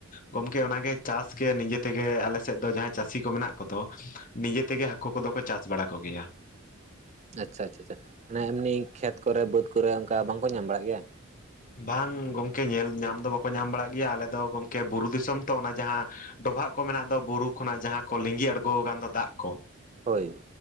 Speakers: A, on the left (about 40°); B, on the right (about 35°).
A: ᱜᱚᱢᱠᱮ ᱚᱱᱟᱜᱮ ᱪᱟᱥ ᱜᱮ ᱱᱤᱡᱮ ᱛᱮᱜᱮ ᱟᱞᱮ ᱥᱮᱫ ᱫᱚ ᱡᱟᱦᱟᱸᱭ ᱪᱟᱹᱥᱤ ᱠᱚ ᱢᱮᱱᱟᱜ ᱠᱚᱫᱚ ᱱᱤᱡᱮᱛᱮᱜᱮ ᱦᱟᱹᱠᱩ ᱠᱚᱫᱚ ᱠᱚ ᱪᱟᱥ ᱵᱟᱲᱟ ᱠᱚᱜᱮᱭᱟ
B: ᱟᱪᱪᱷᱟ ᱟᱪᱪᱷᱟ ᱢᱟᱱᱮ ᱮᱢᱱᱤ ᱠᱷᱮᱛ ᱠᱚᱨᱮ ᱵᱟᱹᱫᱽ ᱠᱚᱨᱮ ᱚᱱᱠᱟ ᱵᱟᱝᱠᱚ ᱧᱟᱢ ᱵᱟᱲᱟᱜ ᱜᱮᱭᱟ
A: ᱵᱟᱝ ᱜᱚᱝᱠᱮ ᱧᱮᱞ ᱧᱟᱢ ᱫᱚ ᱵᱟᱠᱚ ᱧᱟᱢ ᱵᱟᱲᱟᱜ ᱜᱮᱭᱟ ᱟᱞᱮ ᱫᱚ ᱜᱚᱢᱠᱮ ᱵᱩᱨᱩ ᱫᱤᱥᱚᱢ ᱛᱚ ᱚᱱᱟ ᱡᱟᱦᱟᱸ ᱰᱚᱵᱷᱟᱜ ᱠᱚ ᱢᱮᱱᱟᱜ ᱫᱚ ᱵᱩᱨᱩ ᱠᱷᱚᱱᱟᱜ ᱡᱟᱦᱟᱸ ᱠᱚ ᱞᱤᱸᱜᱤ ᱟᱬᱜᱚ ᱟᱠᱟᱱ ᱫᱚ ᱫᱟᱜ ᱠᱚ
B: ᱦᱳᱭ